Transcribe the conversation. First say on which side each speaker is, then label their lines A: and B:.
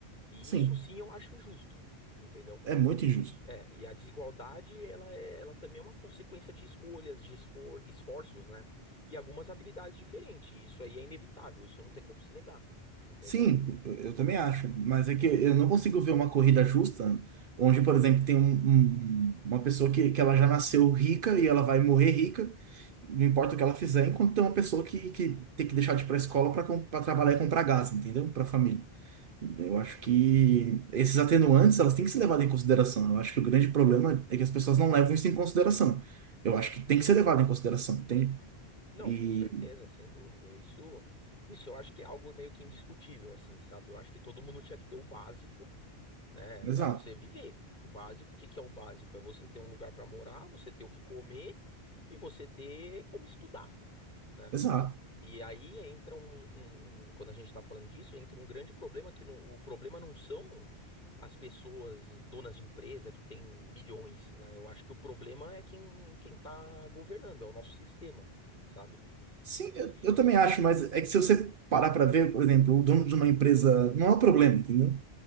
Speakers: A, on the left (about 50°); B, on the right (about 60°).
A: E
B: Sim,
A: isso sim eu acho injusto, entendeu?
B: é muito injusto.
A: É, e a desigualdade, ela é, ela também é uma consequência de escolhas, de esfor- esforços, né? E algumas habilidades diferentes. E isso aí é inevitável, isso não tem como se negar, entendeu?
B: Sim, eu, eu também acho. Mas é que eu não consigo ver uma corrida justa onde, por exemplo, tem um- um- uma pessoa que, que ela já nasceu rica e ela vai morrer rica, não importa o que ela fizer, enquanto tem uma pessoa que, que tem que deixar de ir para a escola para trabalhar e comprar gás, entendeu? Para a família. Eu acho
A: Sim.
B: que esses atenuantes, elas têm que ser levadas em consideração. Eu acho que o grande problema é que as pessoas não levam isso em consideração. Eu acho que tem que ser levado em consideração, entende?
A: Não,
B: E...
A: com certeza, sem dúvida. Isso, isso eu acho que é algo meio que indiscutível, assim, sabe? Eu acho que todo mundo tinha que ter o básico, né,
B: Exato,
A: Pra você viver. O básico, o que que é o básico? É você ter um lugar pra morar, você ter o que comer e você ter como estudar. né?
B: exato.
A: E aí entra um, um- um- quando a gente está falando disso, entra um grande problema que não- o problema não são as pessoas donas de empresa que têm milhões, né? Eu acho que o problema é quem quem está governando, é o nosso sistema, sabe?
B: Sim, eu,
A: E
B: eu também acho, mas é que se você parar para ver, por exemplo, o dono de uma empresa não é um problema, entendeu?